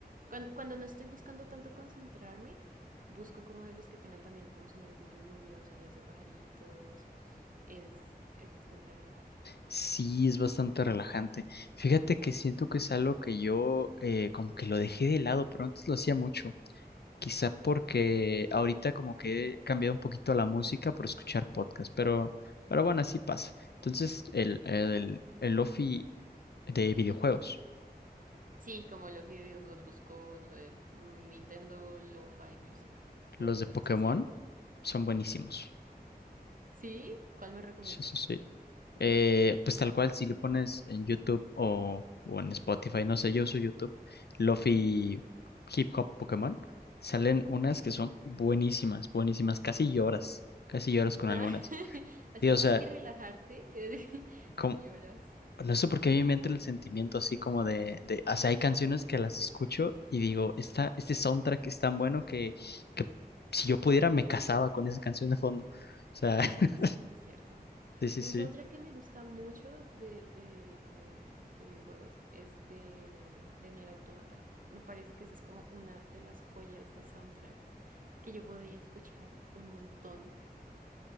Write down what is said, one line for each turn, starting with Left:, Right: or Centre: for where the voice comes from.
Right: Cuando, cuando no estoy buscando tanto concentrarme, busco como de los que tengan también como sonidos de lluvia o sonidos de pajaritos. Es, es bastante relajante.
Left: Sí, es bastante relajante. Fíjate que siento que es algo que yo eh, como que lo dejé de lado, pero antes lo hacía mucho. Quizá porque ahorita como que he cambiado un poquito la música por escuchar podcast, pero, pero bueno, así pasa. Entonces, el, el, el lofi de videojuegos.
Right: Sí, como Lofi de videojuegos busco, no sé, mm, Nintendo Lo-Fi Music o
Left: Los de
Right: cosas
Left: Pokémon
Right: así.
Left: son buenísimos.
Right: ¿Sí? ¿Cuál me recomiendas?
Left: Sí, sí, sí. Eh, pues tal cual, si lo pones en YouTube o, o en Spotify, no sé, yo uso YouTube, Lofi Hip Hop Pokémon, salen unas
Right: Sí.
Left: que son buenísimas, buenísimas, casi lloras, casi lloras con
Right: Nada.
Left: algunas.
Right: <laughs> Así,
Left: Sí, o
Right: más
Left: sea,
Right: que relajarte, <laughs>
Left: como-
Right: lloras.
Left: no sé por qué a mí me entra el sentimiento así como de, de, o sea, hay canciones que las escucho y digo, esta, este soundtrack es tan bueno que, que si yo pudiera me casaba con esa canción de fondo. O sea,
Right: Uy,
Left: <laughs>
Right: sí, es cierto.
Left: sí, sí,
Right: Un
Left: sí.
Right: soundtrack que me gusta mucho de, de, de- de videojuegos es de, de Nier Automata. Me parece que esa es como una de las joyas de soundtracks que yo podría escuchar un montón